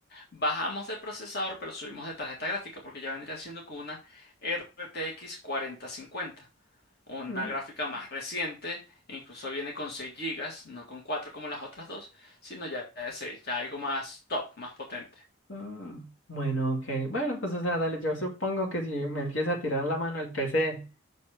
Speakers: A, on the left; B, on the left.
A: Bajamos de procesador, pero subimos de tarjeta gráfica, porque ya vendría siendo con una RTX 4050. una
B: Mm,
A: gráfica más reciente, incluso viene con 6 gigas, no con 4 como las otras dos, sino ya de 6, ya algo más top, más potente.
B: mm. Bueno, ok. Bueno, pues o sea, dale, yo supongo que si me empieza a tirar la mano el PC,